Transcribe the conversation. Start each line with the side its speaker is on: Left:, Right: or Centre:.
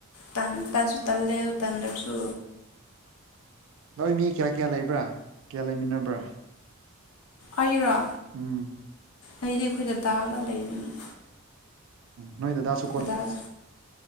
Left: ꯇꯟ ꯇꯟꯁꯨ ꯇꯜꯂꯦꯕ ꯇꯟꯗꯁꯨ
Right: ꯅꯣꯏ ꯃꯤ ꯀꯌꯥ ꯀꯌꯥ ꯂꯩꯕ꯭ꯔꯥ ꯀꯌꯥ ꯂꯩꯃꯤꯟꯅꯕ꯭ꯔꯥ
Left: ꯑꯩꯔꯣ
Right: ꯎꯝ
Left: ꯑꯩꯗꯤ ꯑꯩꯈꯣꯏ ꯗꯗꯥꯒ ꯂꯩꯕꯅꯤ
Right: ꯅꯣꯏ ꯗꯗꯥ ꯁ
Left: ꯗꯥꯗꯔ